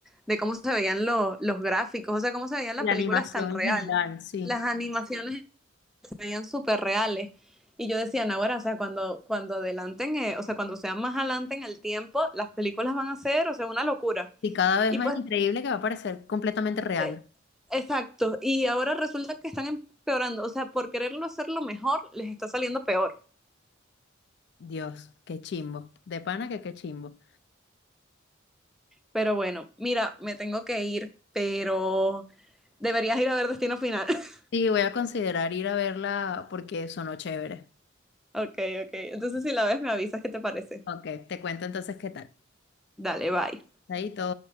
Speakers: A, in the centre; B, on the left.
A: de cómo se veían lo- los gráficos, o sea, cómo se veían
B: La
A: las películas
B: animación
A: tan reales.
B: en general, sí.
A: Las animaciones se veían súper reales. Y yo decía, "No, ahora, o sea, cuando, cuando adelanten, eh, o sea, cuando sean más adelante en el tiempo, las películas van a ser, o sea, una locura.
B: Y cada vez
A: Y
B: más
A: pues,
B: increíble que va a parecer completamente real.
A: eh, Exacto, y ahora resulta que están empeorando, o sea, por quererlo hacerlo mejor, les está saliendo peor.
B: Dios, qué chimbo. De pana que qué chimbo.
A: Pero bueno, mira, me tengo que ir, pero deberías ir a ver Destino Final. <laughs>
B: Sí, voy a considerar ir a verla porque sonó chévere.
A: ok, ok, entonces si la ves me avisas qué te parece.
B: Ok, te cuento entonces qué tal.
A: Dale, bye.
B: Chaito.